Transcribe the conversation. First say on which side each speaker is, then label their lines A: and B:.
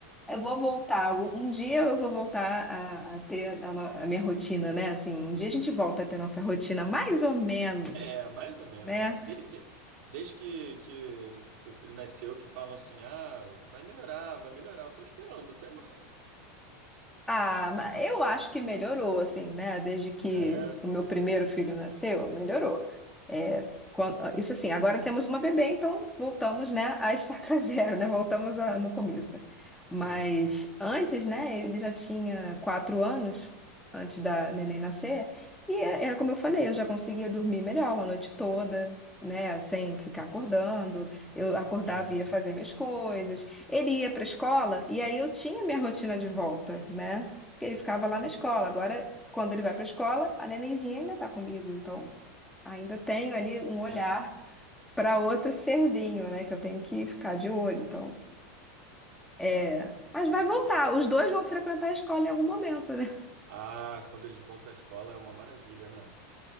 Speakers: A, in the centre; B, on the right (about 70°).
A: eu vou voltar. algum- Um dia eu vou voltar a, a ter a, no- a minha rotina, né? Assim, um dia a gente volta a ter nossa rotina, mais ou menos,
B: É, mais ou menos,
A: né?
B: né? De- de- desde que, que, que o filho nasceu, que falam assim, ah, vai melhorar, vai melhorar, eu tô esperando até agora. <laughs>
A: Ah, ma- eu acho que melhorou, assim, né? Desde que
B: É,
A: o meu primeiro filho nasceu, melhorou. É, quan- ah, isso assim, agora temos uma bebê, então voltamos, né, a estaca <laughs> zero, né? Voltamos a- no começo.
B: sim,
A: Mas
B: sim.
A: antes, né, ele já tinha quatro anos, antes da neném nascer, e é- era como eu falei, eu já conseguia dormir melhor uma noite toda, né, sem ficar acordando. Eu acordava
B: Aham.
A: e ia fazer minhas coisas. Ele ia para a escola e aí eu tinha minha rotina de volta, né? Porque ele ficava lá na escola. Agora, quando ele vai para a escola, a nenenzinha ainda está comigo, então ainda tenho ali um olhar
B: É,
A: para outro serzinho, né? Que eu tenho que ficar de olho. Então, é.
B: é,
A: Mas
B: verdade.
A: vai voltar, os dois vão frequentar a escola em algum momento, né?
B: Ah, quando eles vão pra escola é uma maravilha, né?